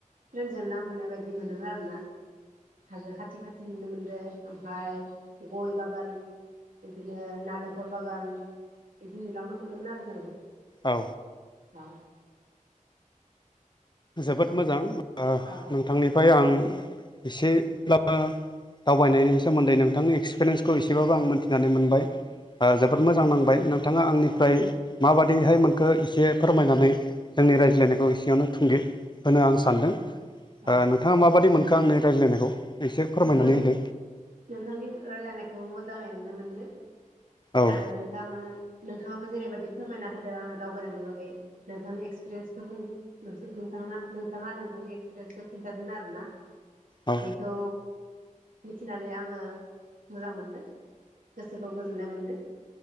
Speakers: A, on the right (about 85°); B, on the left (about 35°).
A: ट्रेनजों नांफानाय बायदि मोनोमोन आरो ना। हाजो खाथि खाथि नुनो मोनदों ओमफ्राय गय बागान बिदिनो नालेंखर बागान बिदि नुलांनो मोन्दोंमोन आरो जोङो।
B: औ।
A: औ।
B: जोबोद मोजां ओ
A: औ
B: नोंथांनिफ्राय आं एसेब्लाबो दावबायनायनि सोमोन्दै नोंथांनि एक्सपिरियेन्सखौ एसेबाबो आं मिथिनानै मोनबाय। ओ जोबोद
A: औ
B: मोजां नांबाय नोंथाङा आंनिफ्राय
A: औ
B: माबाददिहाय मोनखो एसे फोरमायनानै जोंनि रायज्लायनायखौ एसेयावनो थुंगे होनो आं सानदों ओ
A: औ
B: नोंथाङा माबायदि मोनखो आंनि रायज्लायनायखौ? एसे फोरमायनानै
A: नोंथांनि
B: होदो
A: नोंथांनि रायलायनायखौबो मोजाङैनो मोनदों
B: औ
A: आरो नों नोंथां नोंथाङाबो जेरैबायाददि फोरमायना होदो आंनो दावबायनायनि बागै नोंथांनि एक्सपिरियेन्सखौ बुं नोंथाङा नोंथांनि एक्सपिरियेन्सखौ खिन्थादों आरो ना
B: औ
A: बेखौ मिथिनानै आङो मोजां मोनदों गोसोखौ गोजोननाय मोनदों।